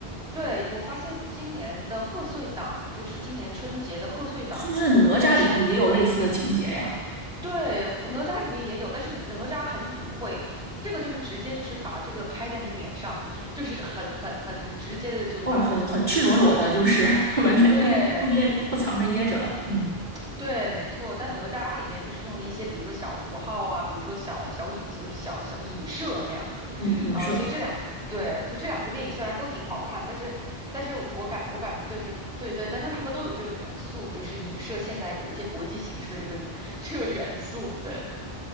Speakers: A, in the centre; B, on the right.
A: 对，我发现今年的贺岁档，就是今年春节的贺岁档，
B: 是不是哪吒里头也有类似的情节呀？
A: 好像全，对，哪吒里面也有，但是哪吒很隐晦，这个就是直接就是把这个拍在你脸上，就是很很很很直接的就把中，
B: 哦，很很赤裸裸的，
A: 就是把，
B: 就是 <laughs> 完全不掖不掖不藏着掖着了。
A: 对。
B: 嗯
A: 对，没错，但哪吒里面就是用了一些，比如说小符号啊，比如说小小影，就是小小影射那样子，
B: 嗯，影射。
A: 呃，所以这两对，所以这两部电影虽然都挺好看，但是但是我感我感对是对对，但它他们都有这个元素，就是影射现在有一些国际形势的这个 <laughs> 这个元素，对，